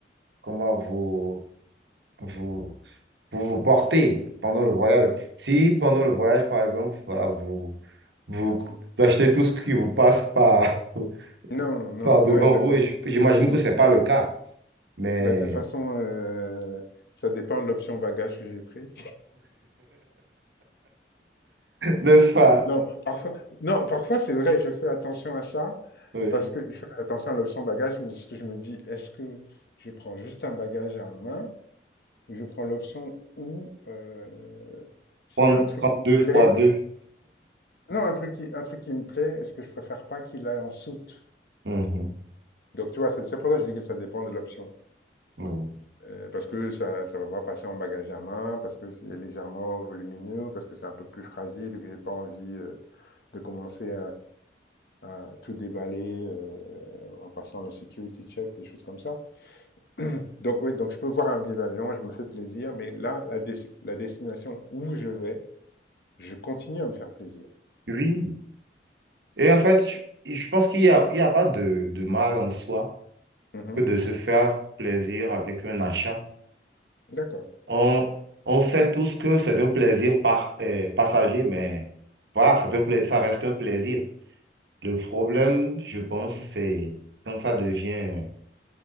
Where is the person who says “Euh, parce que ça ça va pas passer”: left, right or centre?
Left